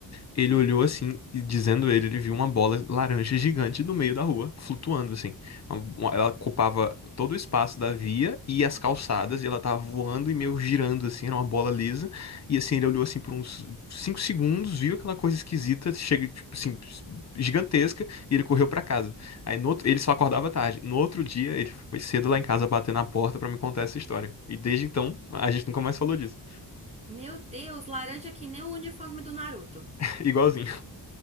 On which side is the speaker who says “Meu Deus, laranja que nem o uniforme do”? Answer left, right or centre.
Right